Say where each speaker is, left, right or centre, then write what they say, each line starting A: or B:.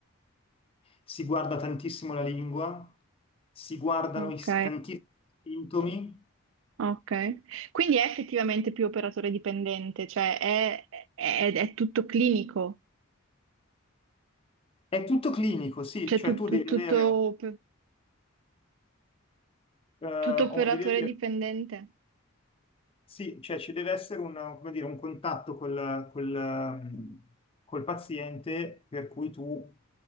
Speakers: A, on the left; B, on the right.
A: si guarda tantissimo la lingua, si guardano
B: Ok,
A: i, si- tantissimi sintomi,
B: ok. Quindi è effettivamente più operatore dipendente, cioè è, è- è tutto clinico,
A: è tutto clinico, sì,
B: cioè
A: cioè
B: tu-
A: tu
B: tu-
A: devi
B: tutto,
A: avere un, eh,
B: tutto operatore
A: un- devi avere-
B: dipendente.
A: sì, cioè ci deve essere una- come dire, un contatto col, col, ehm, col paziente per cui tu